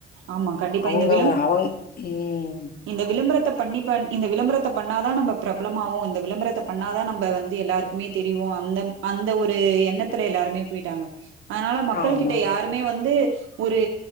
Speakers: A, on the right; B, on the left.
A: ஆமா கண்டிப்பா
B: அவங்கவ
A: இந்த விளம்பர
B: அவங் உம்
A: இந்த விளம்பரத்தப் பண்ணி பண் இந்த விளம்பரத்த பண்ணா தா நம்ப பிரபலமாவோ இந்த விளம்பரத்த பண்ணா தா நம்ப வந்து எல்லாருக்குமே தெரிவோ அந்தம் அந்த ஒரு எண்ணத்துல எல்லாருமே போய்ட்டாங்க அனால மக்கள்
B: ஆமா
A: கிட்ட யாருமே வந்து ஒரு